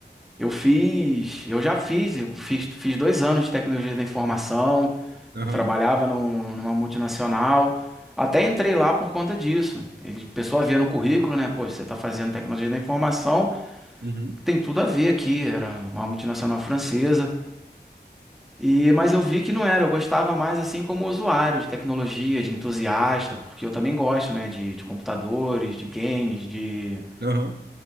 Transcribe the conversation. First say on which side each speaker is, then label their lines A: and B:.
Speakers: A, in the centre; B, on the right.
A: eu fiz, eu já fiz, eu fiz, fiz dois anos de tecnologia da informação.
B: Aham,
A: Eu trabalhava num- numa multinacional. Até entrei lá por conta disso. Ele, a pessoa via no currículo, né? Pô, você está fazendo tecnologia da informação,
B: uhum,
A: tem tudo a ver aqui. Era uma multinacional francesa. E, mas eu vi que não era. Eu gostava mais assim como usuário de tecnologia, de entusiasta, porque eu também gosto, né? De, de computadores, de games, de
B: aham,